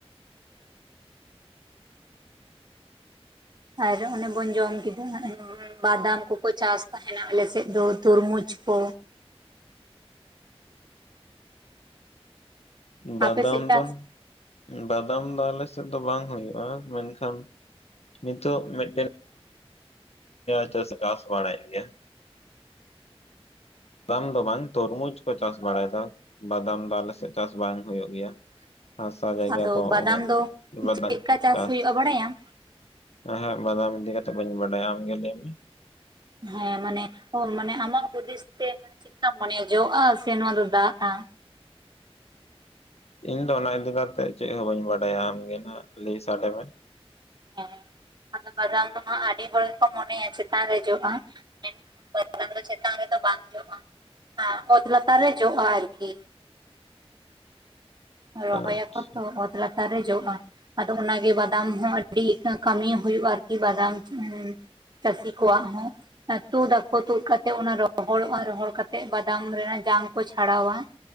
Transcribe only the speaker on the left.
ᱵᱟᱫᱟᱢ
ᱫᱚᱱ ᱵᱟᱫᱟᱢ ᱫᱚ ᱟᱞᱮᱥᱮᱫ ᱫᱚ ᱵᱟᱝ ᱦᱩᱭᱩᱜᱼᱟ ᱢᱮᱱᱠᱷᱟᱱ ᱱᱤᱛᱚᱜ ᱢᱤᱫᱴᱮᱱ <inaudible> ᱪᱟᱥ ᱵᱟᱲᱟᱭᱮᱫ ᱜᱮᱭᱟ ᱵᱟᱝ ᱫᱚ ᱵᱟᱝ ᱛᱚᱨᱢᱩᱡᱽ ᱠᱚ ᱪᱟᱥ ᱵᱟᱲᱟᱭᱮᱫᱟ ᱵᱟᱫᱟᱢ ᱫᱚ ᱟᱞᱮ ᱥᱮᱫ ᱪᱟᱥ ᱵᱟᱝ ᱦᱩᱭᱩᱜ ᱜᱮᱭᱟ ᱦᱟᱥᱟ ᱡᱟᱭᱜᱟ
ᱠᱚ
ᱩᱱᱟᱹᱜ
<inaudible>
ᱪᱟᱥ
ᱮᱦᱮᱜ ᱵᱟᱫᱟᱢ ᱤᱫᱤ ᱠᱟᱛᱮᱜ ᱵᱟᱹᱧ ᱵᱟᱰᱟᱭᱟ ᱟᱢᱜᱮ ᱞᱟᱹᱭ ᱢᱮ
ᱤᱧ ᱫᱚ ᱚᱱᱟ ᱤᱫᱤ ᱠᱟᱛᱮᱜ ᱪᱮᱫ ᱦᱚᱸ ᱵᱟᱹᱧ ᱵᱟᱰᱟᱭᱟ ᱟᱢ ᱜᱮ ᱱᱟᱦᱟᱜ ᱞᱟᱹᱭ ᱥᱟᱰᱮ ᱢᱮ
ᱟᱪᱪᱷᱟ